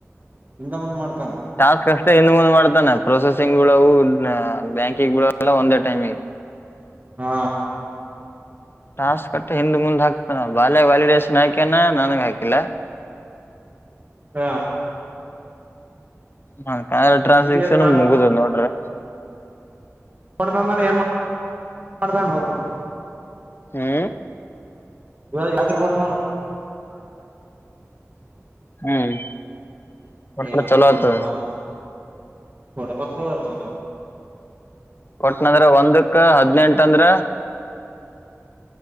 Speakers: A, on the right; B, on the left.
A: ಹಿಂದ ಮುಂದ ಮಾಡತನ
B: ಟಾಸ್ಕ್ ಅಷ್ಟೆ ಹಿಂದ ಮುಂದ ಮಾಡ್ತಾನ ಪ್ರೊಸೆಸಿಂಗ ಒಳಗೂ ಬ್ಯಾಂಕಿಗೆ ಬಿಳಲ್ಲ ಒಂದೇ ಟೈಮ
A: ಹಾ
B: ಟಾಸ್ ಕೊಟ್ಟು ಹಿಂದ ಮುಂದ ಹಾಕ್ತನ ಬಾಲ್ ವಾಲಿಡೇಶನ್ ಹಾಕ್ಯನ ನನ್ಗೆ ಹಾಕಿಲ್ಲ
A: ಹಾ
B: ಹ ಟ್ರಾನ್ಸಾಕ್ಷನ್
A: ಟಿ ಡಿ ಎಸ್
B: ಮುಗುದು ನೋಡ್ರಿ
A: ಕೊಡಾನ ಏನ್ ಮಾಡ ಗೊತ್ತಿಲ್ಲ
B: ಹ್ಮ್
A: ಇ <inaudible> ತ್ರಿ ಕೊಡ ಕೊ
B: ಹ್ಮ್ ಒಟ್ಟ
A: ಏ ಅಂಗ
B: ಚಲೋ ಆತದ
A: ಹರಬ ನ ಒಡಬೇಕತ್ತು ಸಮ
B: ಕೊಟ್ನಂದ್ರ ಒಂದಕ್ ಹದನೆಂಟ ಅಂದ್ರ